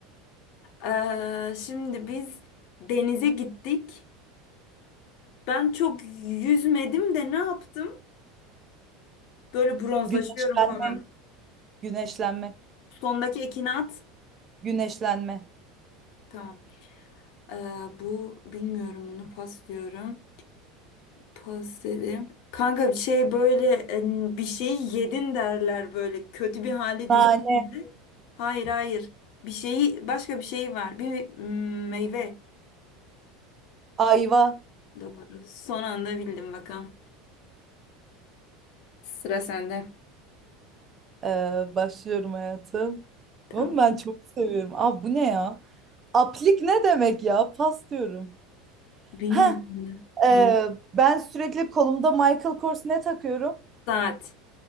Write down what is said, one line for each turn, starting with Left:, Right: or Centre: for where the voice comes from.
Left: Ee, şimdi biz denize gittik. Ben çok yüzmedim de ne yaptım? Böyle bronzlaşıyorum
Right: güneşlenmek,
Left: falan.
Right: güneşlenme,
Left: Sondaki ekini at.
Right: güneşlenme.
Left: Tamam. Ee, bu bilmiyorum bunu pas diyorum. Pas dedim. Kanka bir şey böyle e, bir şeyi yedin derler böyle kötü bir hale
Right: Nane,
Left: düştüğünde. Hayır hayır. Bir şeyi başka bir şey var. Bir mm, meyve.
Right: ayva.
Left: Doğru. Son anda bildim bakalım. Sıra sende.
Right: Ee, başlıyorum hayatım.
Left: Tamam.
Right: Oğlum ben çok seviyorum. Aa bu ne ya? Aplik ne demek ya? Pas diyorum.
Left: Bilmiyorum.
Right: Heh, ee, ben sürekli kolumda Michael Kors ne takıyorum?
Left: Saat.